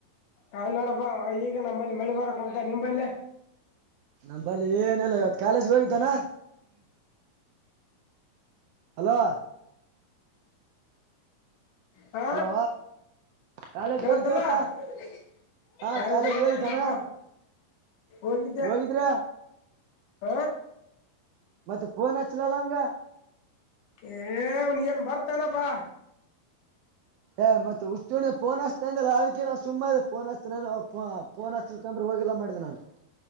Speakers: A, on the left; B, on the right.
A: ಕಾಲ್ನಾಡಪ್ಪ ಈಗ ನಂಬಲ್ಲಿ ಮಳಿ ಬಾರಕ್ ಅಂತ ನಿಂಬೈಲ್ಲ
B: ನಮ ಬಳಿ ಏನೆಲ್ಲ ಇವತ್ ಕಾಲೇಜ್ಗೆ ಹೋಗಿದ್ದಾನ ಹಲೋ
A: ಹಾ
B: ಹಲೋ ಕಾಲೇಜ್ಗೆ
A: ಕೆೇಳಲ್ಲಪ
B: ಹೋಗಿದ್ವಿ ಅತ್ತ ಹಾ ಕಾಲೇಜ್ಗೆ ಹೋಗಿದ್ದಾನ
A: ಒಗಿದ್ದ
B: ಹೋಗಿದ್ರ
A: ಹ
B: ಮತ್ತೆ ಫೋನ್ ಹಚ್ಲಲ್ಲನಮ್ಗ
A: ಏನ್ ಏನ್ ಬರ್ತನಪ್ಪಾ
B: ಏ ಮತ್ತೆ ಹು್ೂಣೆ ಪೋನ್ಷ್ಟತ ನಾ ಸುಮ್ಮನೆ ಫೋನ್ ಹಚ್ತಫೋನ್ ಹಚ್ಕಂದ್ರೆ ಹೋಗಿಲ್ಲಾ ಮಾಡಿದೆ ನಾನನ್